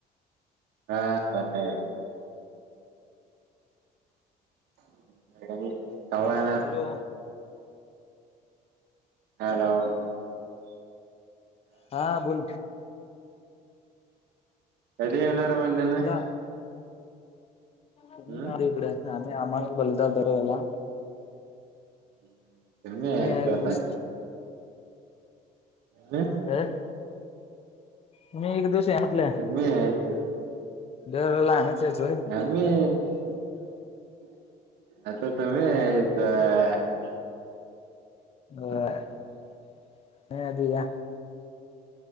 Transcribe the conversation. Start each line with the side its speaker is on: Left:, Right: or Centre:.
Right: हाय. <unintelligible> <unintelligible> कवा येणार?
Left: Hello
Right: hello.
Left: हा बोल.
Right: कधी येणार <unintelligible>
Left: बोला
Right: हम्
Left: तुम्ही इकडे आम्ही आम्हाला बोलत दरवेळेला.
Right: <inaudible>
Left: तुम्ही
Right: यायचं
Left: या एक
Right: आता
Left: दुस.
Right: हम्.
Left: हं. तुम्ही एक दिवस या म्हणलं,
Right: तुम्ही यायचं
Left: दरवेळेला आम्हीच यायचं व्हय.
Right: <unintelligible>
Left: <unintelligible>